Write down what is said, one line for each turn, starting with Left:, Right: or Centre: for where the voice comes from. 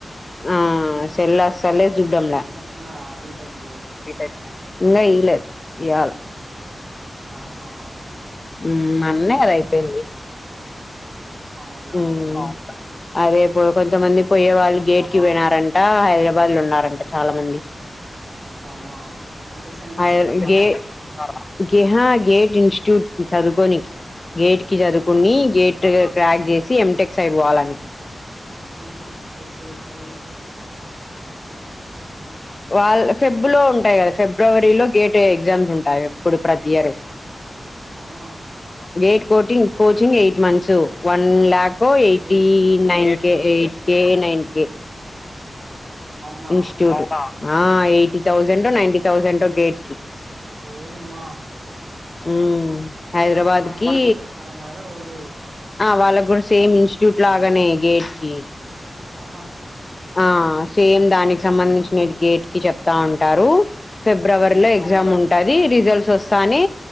Left: ఆ పిల్ల అస్సలే చూడంలే
Right: సర్టిఫికేట్స్ ఇచ్చినారా బీటెక్ వి
Left: ఈళె ఈళె ఇయ్యాల
Right: అవునా
Left: ఉమ్ మొన్నే కదా అయిపొయింది
Right: అవునులే
Left: ఉమ్
Right: అవునులే
Left: అదే పో కొంచం మంది
Right: ఆ
Left: పోయ్యే వాళ్ళు గేట్కి పోణారంట అంట హైదరాబాద్ లో ఉన్నారంట చాలా మంది
Right: అవునా అంటే సెంటర్స్
Left: ఆ
Right: ఇచ్చినారా
Left: గే గేహ గేట్ ఇన్స్టిట్యూట్ కి చదువుకోనికి గేట్ కి చదువుకుని
Right: ఆహా
Left: గేట్ ప్యాక్ చేస్ సి ఎం టెక్స్ అయిపోవాలని
Right: ఉహు హు పరీక్షలు ఎప్పుడు
Left: వాళ్ళ ఫెబ్ లో ఉంటాయి కదా ఫిబ్రవరిలో గేట్ అయ్య ఎగ్జామ్స్ ఉంటాయి ఎప్పుడు ప్రతి ఇయర్
Right: అవునా
Left: gate coating coaching eight months one lakh eighty
Right: gate coaching
Left: nine K eight K nine K
Right: అవునా
Left: ఇన్స్టిట్యూట్ ఆ ఎయిటీ థౌజండ్ ఒ నైటీ థౌజం ఒ గేట్ కి
Right: ఓయమ్మా
Left: ఉమ్ హైదరాబాద్
Right: మనం మన
Left: కి
Right: క్లాసెస్ చెప్తారేమో కదా రోజు
Left: వాళ్ళ ఇప్పుడు సేమ్ ఇన్స్టిట్యూట్ లాగానే గేటెకీ
Right: ఆహా
Left: ఆ సేమ్ దానికి సంబంధించిన న గేట్ కి చెప్తా ఉంటారు ఫిబ్రవరిలో
Right: అవునులే
Left: ఎగ్జామ్ ఉంటుంది ఉంటది రిజల్ట్స్ వస్తానే